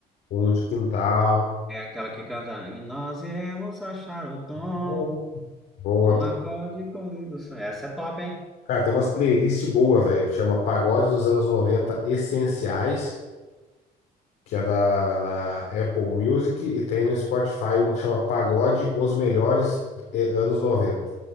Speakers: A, on the left (about 80°); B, in the centre.
A: Fundo de Quintal,
B: É aquela que canta, e nós iremos achar o tom.
A: Bom. boa
B: Um
A: também.
B: acorde com lindo sonho. Essa é top, hein?
A: Cara, tem umas playlists boas, velho. Chama Pagode dos Anos 90 Essenciais, que é da, na Apple Music, e tem no Spotify uma que chama Pagode Os Melhores eh, Anos 90.